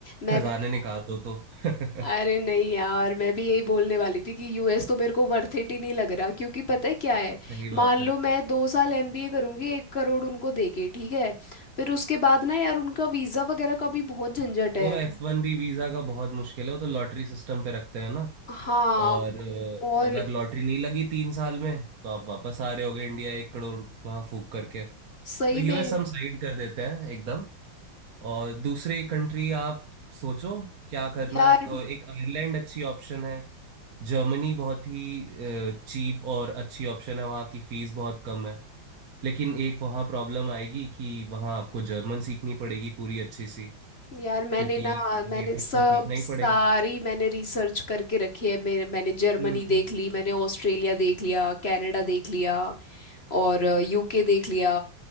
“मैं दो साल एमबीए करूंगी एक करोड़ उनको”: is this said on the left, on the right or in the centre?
Left